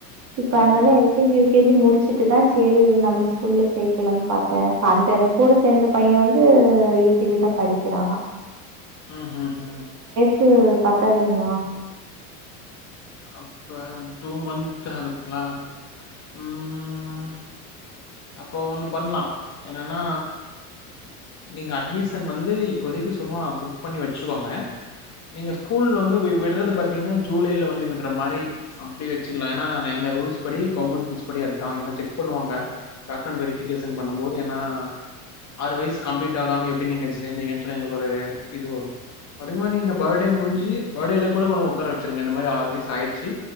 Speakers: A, on the right; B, on the left.
A: இப்ப
B: ம்
A: அதனால
B: ம்
A: L K G U U K G முடிச்சுட்டு தான் செரி நம்ம ஸ்கூல்ல சேர்க்கலன்னனு பாத்தேன் அந்தவங்க கூட சேர்ந்த பையன் வந்து யூ கே ஜி தான் படிக்க க்கிறா
B: ஹம் ஹம் ஹம்
A: வயசு பத்தாதங்களா
B: அப்ப டூ மந்த் ஆகுதுங்ளா உம் அப்போ ஒண்ணு பண்லா என்னன்னா நீங்க அட்மிஷன் வந்து இப்போதைக்கு சும்மா புக் பண்ணி வச்சுக்கோங்க நீங்க ஸ்கூல் வந்து வி விட்றது பாத்தீங்கன்னா ஜூலைல வந்து விட்ற மாரி அப்டி வச்சுக்கலா ஏன்னா எங்க ரூல்ஸ் படி கவர்மெண்ட் ரூல்ஸ் படி அதான் ஏன்னா செக் பண்ணுவாங்க பேக்கண்ட் வெரிஃபிகேஷன் பண்ணும்போது ஏன்னா ஆறு வயசு கம்ப்ளீட் ஆகாம எப்டி நீங்க சேந்தீங்கன்னு சொல்லி எங்களுக்கு ஒரு இது வரும் அப்டிங்கும்போது நீங்க பர்த்டே முடிஞ்சு பர்த்டேல கூட கொண்டுபோய் உக்கார வச்சிருங்க இந்த மாரி ஆறு வயசு ஆயிடுச்சி